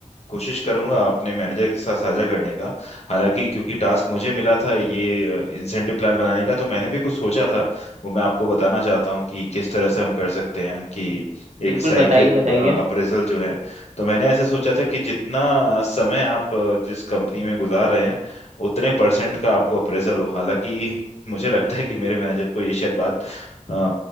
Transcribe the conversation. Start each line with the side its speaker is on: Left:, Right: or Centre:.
Left: कोशिश करूंगा अपने मैनेजर के साथ साझा करने का हालांकि क्योंकि टास्क मुझे मिला था ये इंसेंटिव प्लान बनाने का तो मैंने भी कुछ सोचा था वो मैं आपको बताना चाहता हूँ कि किस तरह से हम कर सकते हैं कि
Right: बिल्कुल
Left: एक साइक्लिक
Right: बताइए बताइए
Left: अप्रेजल जो है तो मैंने ऐसे सोचा था कि जितना समय आप अ, जिस कंपनी में गुजार रहे हैं उतने परसेंट का आपको अप्रेजल हो हालांकि मुझे लगता है कि मेरे मैनेजर को ये शायद बात अ,